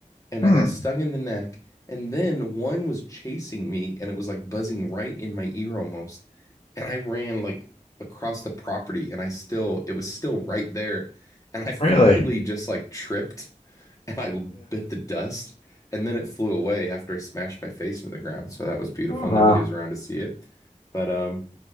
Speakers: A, on the left; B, on the left.
A: and
B: Hmm,
A: I got stung in the neck. And then one was chasing me and it was like buzzing right in my ear almost. And I ran like across the property and I still, it was still right there. And I <laughs> finally
B: really?
A: just like tripped and I bit the dust. And then it flew away after I smashed my face into the ground. So that was beautiful.
B: Wow.
A: Nobody was around to see it. But um,